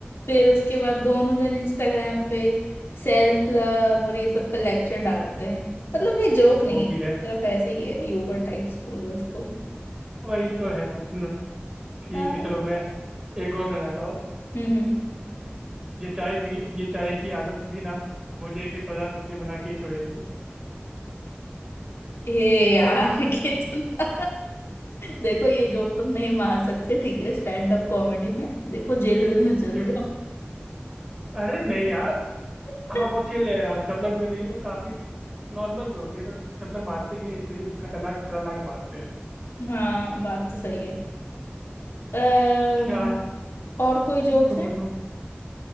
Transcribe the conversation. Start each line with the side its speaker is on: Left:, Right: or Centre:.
Left: फिर उसके बाद दोनों जन इंस्टाग्राम पे सेल्फ लव और ये सब का लेक्चर डालते हैं मतलब ये जोक नहीं
Right: वो भी
Left: है ये
Right: है
Left: सिर्फ ऐसे ही है यूबर टाइप्स बोल लो उसको
Right: वही तो है मतलब ठीक
Left: हाँ
Right: है चलो मैं एक और सुनाता हूँ
Left: हम्म हम्म
Right: ये चाय पी ये चाय की आदत भी ना मुझे एक दिन प्रधानमंत्री बना के ही छोड़ेगी
Left: हे यार <laughs> कितना देखो ये जोक तुम नहीं मार सकते ठीक है स्टैंड अप कॉमेडी में देखो जेल वेल ना चले
Right: क्यों?
Left: जाओ
Right: अरे नहीं
Left: <laughs>
Right: हाँ वो चिल है हम सब लोग वो नहीं तो काफी नॉर्मल जोक है तो सब लोग मारते ही है इसलिए खतरनाक खतरनाक मारते हैं
Left: हाँ बात तो सही है अम्म,
Right: अच्छा
Left: और कोई जोक्स
Right: तुम
Left: हैं
Right: बताओ